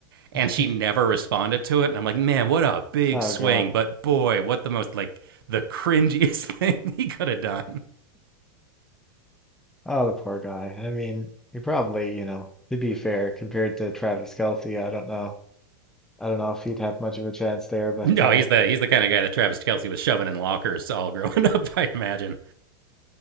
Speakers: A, on the right; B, in the centre.
A: and
B: <laughs>
A: she never responded to it and i'm like man what a big
B: Oh
A: swing
B: God.
A: but boy what the most like the cringiest <laughs> thing he could have done
B: Oh, the poor guy. I mean, he probably, you know, to be fair, compared to Travis Kelce, I don't know. I don't know if he'd have much of a chance there, but
A: no
B: uh
A: he's the he's the kind of guy that travis kelsey was shoving in lockers all <laughs> growing up i imagine